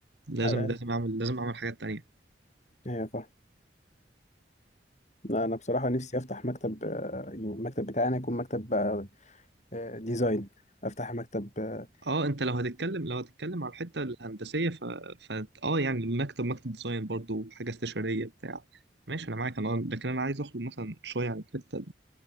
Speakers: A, on the right (about 70°); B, on the left (about 40°).
A: لازم
B: ايوه
A: لازم اعمل لازم اعمل حاجات تانية
B: ايوه فاهم لا انا بصراحه نفسي افتح مكتب آه، يعني المكتب بتاعي انا يكون مكتب آه، آه، ديزاين افتح مكتب آه،
A: اه انت لو هتتكلم لو هتتكلم على الحتة الهندسية ف... ف... اه يعني مكتب مكتب ديزاين برضو حاجة استشارية بتاع ماشي انا معاك انا لكن انا عايز اخرج مثلا شوية عن الحتة